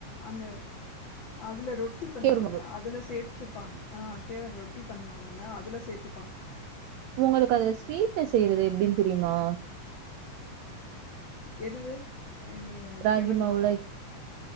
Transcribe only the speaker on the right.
கேழ்மாவு
உங்களுக்கு அது ஸ்வீட்டு செய்றது எப்டின்னு தெரியுமா
ராகி
மாவுல